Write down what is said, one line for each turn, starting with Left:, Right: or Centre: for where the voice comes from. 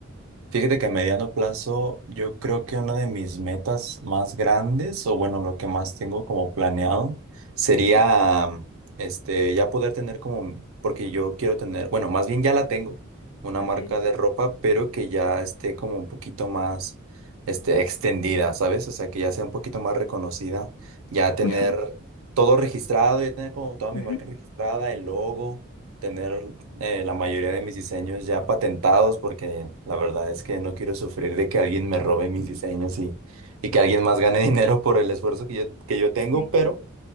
Right: Fíjate que a mediano plazo, yo creo que una de mis metas más grandes, o bueno, lo que más tengo como planeado, sería
Left: Ujú,
Right: mm, este ya poder tener como, mm, porque yo quiero tener, bueno, más bien ya la tengo, una
Left: ok.
Right: marca de ropa, pero que ya esté como un poquito más este extendida, ¿sabes? O sea, que ya sea un poquito más reconocida, ya tener
Left: Ya.
Right: todo registrado, ya tener como toda
Left: <laughs>
Right: mi marca
Left: Ok.
Right: registrada, el logo tener eh, la mayoría de mis diseños ya patentados porque la verdad es que no quiero sufrir de que alguien me robe mis diseños y, y que alguien más gane <laughs> dinero por el esfuerzo que yo, que yo tengo,
Left: Sí.
Right: pero